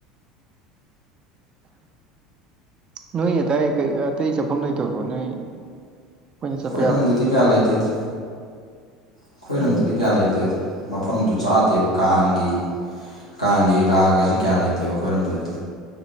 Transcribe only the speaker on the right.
ꯅꯣꯏ ꯑꯗꯥꯏ ꯀꯩ ꯑꯇꯩ ꯆꯠꯐꯝ ꯂꯩꯇꯕꯔꯣ ꯅꯣꯏ ꯑꯩꯈꯣꯏꯅ ꯆꯠꯄ
ꯌꯥꯕ
ꯎꯝ